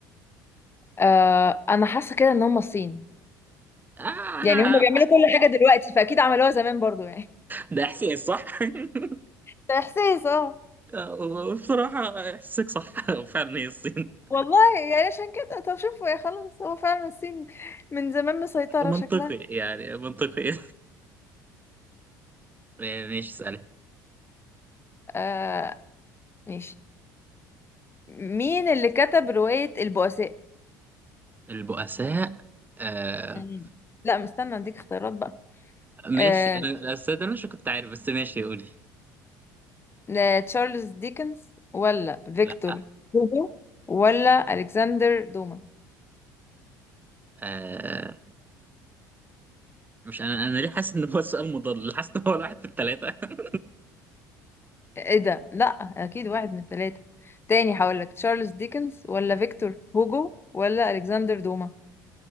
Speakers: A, on the left; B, on the right.
A: آه انا حاسه كده ان هم الصين
B: آه
A: يعني هم بيعملوا كل حاجه دلوقتي فاكيد عملوها زمان برضو يعني
B: ده إحساس صح <laughs>
A: ده احساس اه
B: آه، بصراحة إحساسك صح <laughs> وفعلا هي الصين
A: والله يعني عشان كده طب شوفوا يا خلاص هو فعلا الصين من زمان مسيطرة
B: منطقي
A: شكلها
B: يعني منطقي <laughs> ماشي اسأل
A: آه ماشي مين اللي كتب روايه البؤساء
B: البؤساء آه
A: مم. لا مستنى اديك اختيارات بقى
B: ماشي
A: آه
B: أنا الأستاذ أنا مش كنت عارف بس ماشي قولي
A: آه، تشارلز ديكنز ولا فيكتور
B: لا
A: هوجو ولا الكسندر دوما
B: آه مش أنا أنا ليه حاسس إن هو سؤال مضل حاسس إن هو واحد في التلاتة <laughs>
A: ايه ده لا اكيد واحد من الثلاثه تاني هقولك تشارلز ديكنز ولا فيكتور هوجو ولا الكسندر دوما